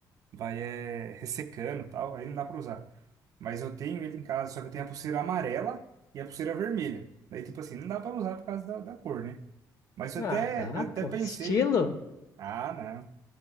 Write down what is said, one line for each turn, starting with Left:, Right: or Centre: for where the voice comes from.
Right: vai é, ressecando e tal, aí não dá pra usar. Mas eu tenho ele em casa, só que eu tenho a pulseira amarela e a pulseira vermelha. Daí, tipo assim, não dá pra usar por causa da, da cor, né? Mas eu
Left: Ah,
Right: até,
Left: tá,
Right: eu até
Left: pô.
Right: pensei,
Left: Estilo?
Right: ah, não.